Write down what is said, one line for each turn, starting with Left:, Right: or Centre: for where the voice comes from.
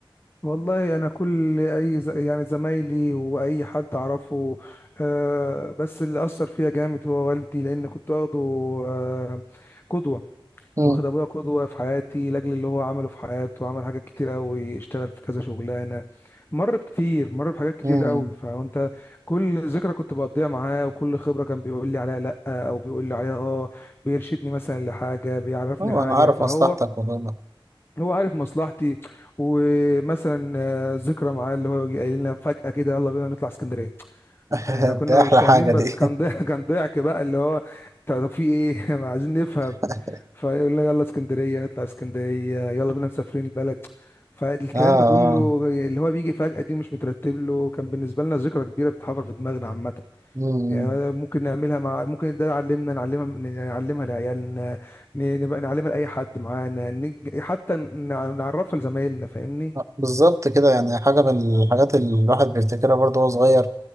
Left: والله انا كل اي ز... يعني زمايلي واي حد اعرفه آه بس اللي اثر فيا جامد هو والدي لان كنت واخده آه قدوه
Right: امم
Left: واخد ابويا قدوه في حياتي لاجل اللي هو عمله في حياته عمل حاجات كتير قوي اشتغل في كذا شغلانه مر بكتير مر بحاجات كتير
Right: امم
Left: قوي فانت كل ذكرى كنت بقضيها معاه وكل خبره كان بيقول لي عليها لا او بيقول لي عليها اه بيرشدني مثلا لحاجه بيعرفني
Right: اه
Left: حاجه
Right: انا عارف
Left: فهو
Right: مصلحتك والله
Left: هو عارف مصلحتي ومثلا آه، ذكرى معاه اللي هو يجي قايل لنا فجأة كده يلا بينا نطلع اسكندرية
Right: <laughs>
Left: احنا كنا
Right: ده احلى
Left: مش فاهمين
Right: حاجة
Left: بس
Right: دي
Left: كان ضحك <laughs> كان ضحك بقى اللي هو انت طب في ايه <laughs> عايزين نفهم
Right: <laughs>
Left: فيقول لنا يلا اسكندريه نطلع اسكندريه يلا بينا مسافرين البلد فالكلام
Right: اه اه
Left: ده كله اللي هو بيجي فجأة دي مش مترتب له كان بالنسبه لنا ذكرى كبيره بتتحفر في دماغنا عامه
Right: مم.
Left: يعني ممكن نعملها مع ممكن ده علمنا نعلمها نعلمها لعيالنا ن- نبقى نعلمها لاي حد معانا نج- حتى نع- نعرفها لزمايلنا فاهمني
Right: آه، بالظبط كده يعني حاجة من الحاجات اللي الواحد بيفتكرها برضه وهو صغير